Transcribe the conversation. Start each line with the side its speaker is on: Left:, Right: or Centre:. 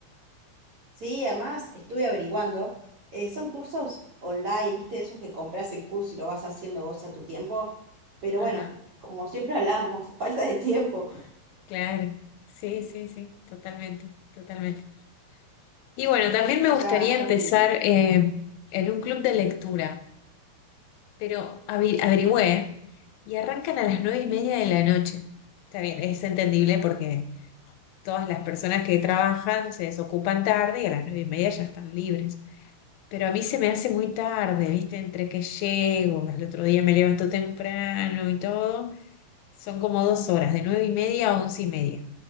Right: Sí, además estuve averiguando, eh, son cursos online, ¿viste? Esos que compras el curso y lo vas haciendo vos a tu tiempo, pero
Left: Ajá,
Right: bueno, como siempre hablamos, <laughs> falta de tiempo.
Left: claro. Sí, sí, sí, totalmente, totalmente. Y bueno, también me gustaría
Right: Ya,
Left: empezar
Right: ya voy a intentar.
Left: eh, en un club de lectura, pero avi- averigüé y arrancan a las nueve y media de la noche. Está bien, es entendible porque todas las personas que trabajan se desocupan tarde y a las nueve y media ya están libres. Pero a mí se me hace muy tarde, ¿viste? Entre que llego, al otro día me levanto temprano y todo. Son como dos horas, de nueve y media a once y media.